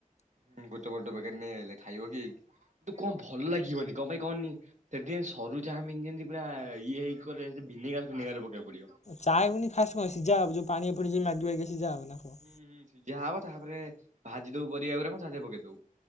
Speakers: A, on the right (about 60°); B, on the left (about 55°).
A: ହୁଁ ଗୋଟେ ବଡ଼ ପ୍ୟାକେଟ୍ ନେଇଆଇଲେ ଖାଇବ କିଏ କି କିନ୍ତୁ କଣ ଭଲ ଲାଗିବନି କଣ ପାଇଁ କହନି? ସେ ଟି ସରୁ ଚାଉମିନ୍ ଯେମିତି ପୁରା ଇଏ ହେକଲେ ଭିନେଗାର ଫିନେଗାର ପକେଇବାକୁ ପଡିବ।
B: ଚାଉମିନ୍ ଫାଷ୍ଟ୍ କଣ ସିଝା ହବ ଯୋଉ ପାଣି ରେ ପଡିକି ଯୋଉ ମାଗି ବାଗିଆ ସିଝା ହବ ନା କଣ?
A: ହୁଁ ହୁଁ ସିଝା ହବ ତାପରେ ଭାଜି ଦୋଉ ପରିବା ଗୁରାକ ତା ଦେହରେ ପକେଇ ଦଉ।